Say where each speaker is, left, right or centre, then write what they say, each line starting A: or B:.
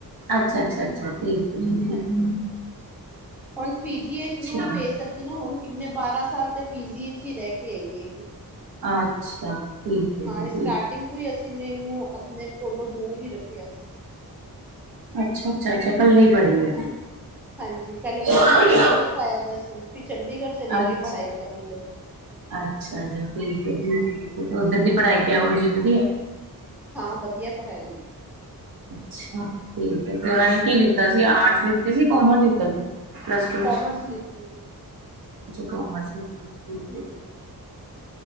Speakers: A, on the right; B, in the centre.
A: ਅੱਛਾ! ਅੱਛਾ! ਅੱਛਾ! ਠੀਕ ਹੈ ਜੀ, ਠੀਕ।
B: ਹਾਂਜੀ। ਹੁਣ ਪੀ ਜੀ ਏ ਚ
A: ਅੱਛਾ,
B: ਵੀ ਨਹੀਂ ਭੇਜ ਸਕਦੇ ਨਾ ਹੁਣ! ਕਿੰਨੇ, ਬਾਰਾਂ ਸਾਲ ਤੇ ਪੀ ਜੀ, ਏ ਵਿਚ ਹੀ ਰਹਿ ਕੇ ਆਈ ਹੈਗੀ।
A: ਅੱਛਾ! ਠੀਕ ਹੈ ਜੀ
B: ਹਾਂ।
A: ਠੀਕ
B: ਸਟਾਰਟਿੰਗ ਤੋਂ ਹੀ, ਅਸੀਂ ਇਹਨੂੰ ਆਪਣੇ ਕੋਲੋਂ ਦੂਰ ਹੀ ਰੱਖਿਆ ਸੀ।
A: ਅੱਛਾ! ਅੱਛਾ! ਅੱਛਾ! ਕੱਲੀ ਪੜੀਏ
B: ਹਾਂਜੀ। ਹਾਂਜੀ
A: <inaudible>
B: ਪਹਿਲੇ ਬੋਰਡਿੰਗ ਸਕੂਲ ਵਿੱਚ ਪਾਇਆ ਦਾ ਸੀ। ਫ ਚੰਡੀਗੜ੍ਹ ਚਲੇ
A: ਅੱਛ!
B: ਗਈ ਪੜ੍ਹਾਈ ਕਰਨ ਲਈ।
A: ਅੱਛਾ ਜੀ! ਠੀਕ ਹੈ, ਠੀਕ
B: ਹਾਂਜੀ।
A: ਹੈ, ਠੀ ਤੇ ਉੱਧਰ ਦੀ ਪੜ੍ਹਾਈ ਕਿਹੋ ਜਿਹੀ, ਵਧੀਆ ਐ।
B: ਹਾਂ, ਵਧੀਆ ਪੜ੍ਹਾਈ ਹੈਗੀ।
A: ਅੱਛਾ ਠੀਕ ਹੈ, ਤੇ ਉਹਨਾਂ ਨੇ
B: ਹੂੰ
A: ਕੀ ਲਿੱਤਾ ਸੀ, ਆਰਟਸ ਲਿੱਤੀ ਸੀ, ਕੋਮਰਸ ਲਤਾ ਸੀ? ਪਲੱਸ ਟੂ,
B: ਕਾਮਰਸ ਲਿੱਤੀ ਸੀ
A: ਅੱਛਾ ਕਮਰਸ ਵੀ ਕੀਤੀ
B: ਹੂੰ।